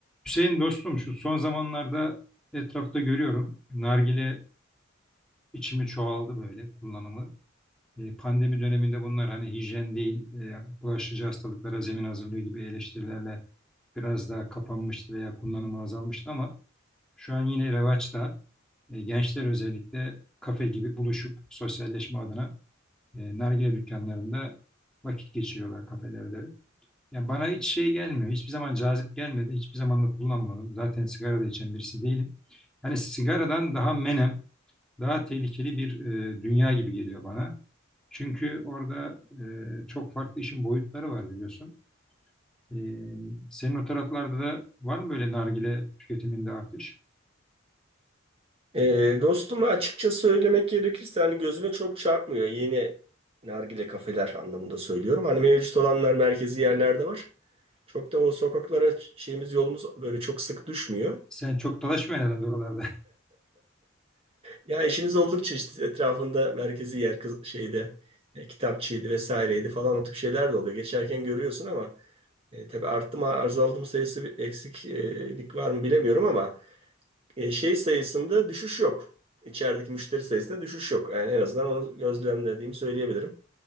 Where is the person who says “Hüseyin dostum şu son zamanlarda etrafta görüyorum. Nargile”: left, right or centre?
Centre